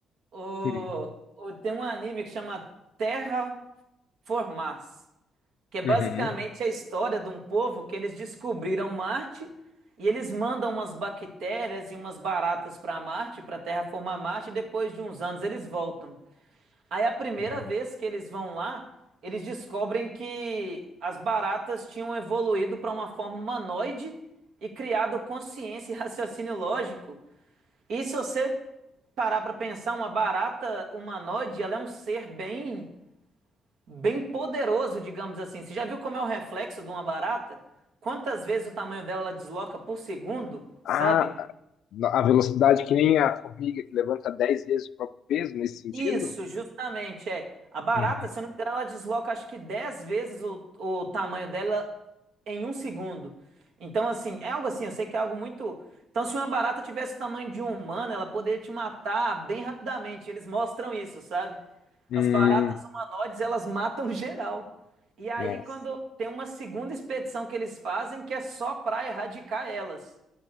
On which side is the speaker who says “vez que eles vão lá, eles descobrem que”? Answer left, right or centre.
Right